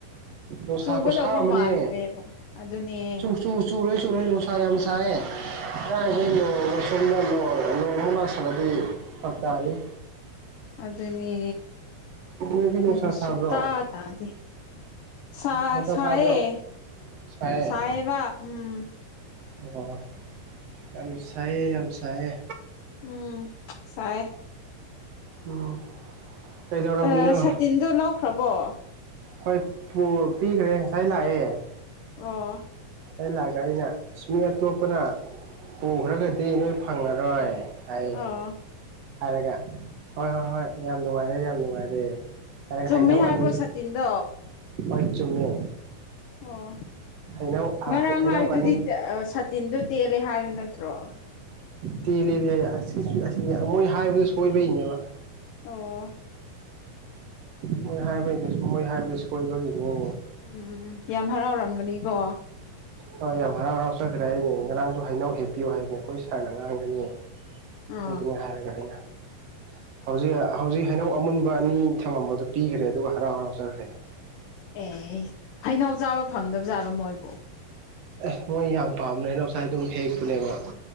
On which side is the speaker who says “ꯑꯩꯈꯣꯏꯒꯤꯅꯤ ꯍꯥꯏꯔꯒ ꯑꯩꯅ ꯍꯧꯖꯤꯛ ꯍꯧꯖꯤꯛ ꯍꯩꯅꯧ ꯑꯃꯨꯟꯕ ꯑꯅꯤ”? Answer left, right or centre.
Right